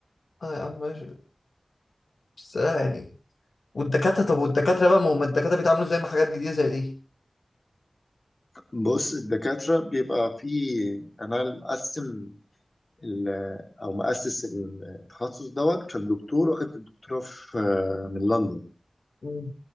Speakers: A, on the left; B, on the left.
A: اه يا عم ماشي بس آه يعني والدكاترة طب والدكاترة بقى ما هم الدكاترة بيتعاملوا زي ما حاجات جديدة زي دي
B: بص الدكاترة بيبقى في أنا مقسم ال- أو مؤسس التخصص دوت كان دكتور واخد الدكتوراه في من لندن
A: مم.